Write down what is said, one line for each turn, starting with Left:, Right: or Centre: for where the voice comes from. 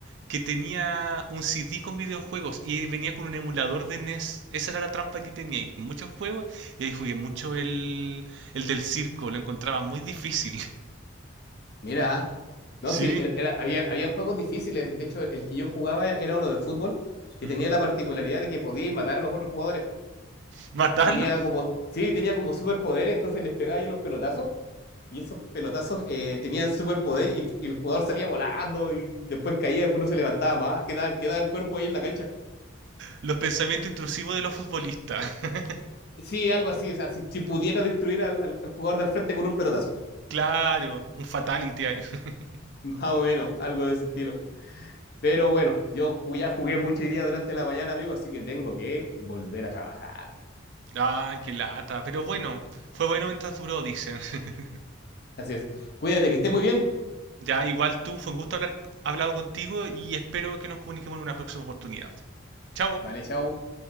Right: que tenía un CD con videojuegos y venía con un emulador de NES. Esa era la trampa que tenía ahí. Muchos juegos y ahí jugué mucho el, el del circo. Lo encontraba muy difícil. <laughs>
Left: Mira, ¿ah? no,
Right: Sí.
Left: sí, era, era- había, había juegos difíciles. De hecho, el que yo jugaba e-, era uno de fútbol que
Right: Ujú.
Left: tenía la particularidad de que podía matar a los otros jugadores.
Right: ¿Matarlo?
Left: Tenía como, sí, tenía como superpoder, entonces les pegaba ahí unos pelotazos Y esos pelotazos eh, tenían superpoder y, y el jugador salía volando y después caía, después no se levantaba más, quedaba, quedaba el cuerpo ahí en la cancha.
Right: Los pensamientos intrusivos de los futbolistas. <laughs>
Left: Sí, algo así, o sea, si, si pudiera destruir al, al- al jugador del frente con un pelotazo,
Right: Claro, un fatality ahí. <laughs>
Left: <laughs> más o menos, algo de ese estilo. Pero bueno, yo ju- ya jugué mucho hoy día durante la mañana, amigo, así que tengo que volver a trabajar.
Right: Ah, qué lata. Pero bueno, fue bueno mientras duró, dicen. <laughs>
Left: Así es. Cuídate, que esté muy bien.
Right: Ya, igual tú, fue un gusto haber hablado contigo y espero que nos comuniquemos en una próxima oportunidad. Chao.
Left: Vale, chao.